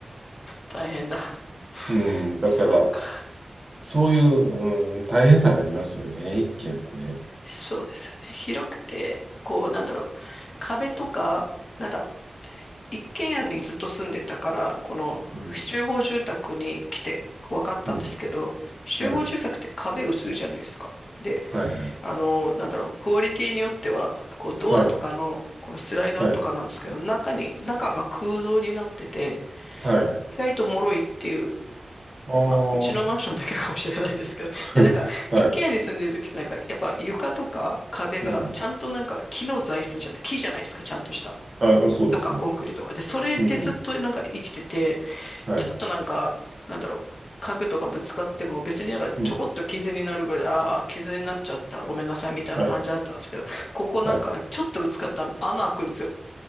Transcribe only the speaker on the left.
大変だ。
そうか。
そうですよね。広くて、こう、なんだろう。壁とか、なんだ、一軒家にずっと住んでたから、この集合住宅に来て分かったんですけど、
集合住宅って壁薄いじゃないですか。
で、
あの、なんだろう、クオリティによっては、こうドアとかの、
このスライドとかなんですけど、
中に、中が空洞になってて、
意外と脆いっていう、
まあ、うちのマンションだけかもしれないんですけど、で、
なんか、
一軒家に住んでる時ってなんか、
やっぱ床とか壁が、
ちゃんとなんか木の材質じゃない、木じゃないですか、ちゃんとした。
木とかコンクリとかで、それでずっとなんか生きてて、
ちょっとなんか、なんだろう、家具とかぶつかっても別になんかちょこっと傷になるぐらい、
ああ、傷になっちゃった、ごめんなさいみたいな感じだったんですけど、
ここなんかちょっとぶつかったら穴開くんですよ。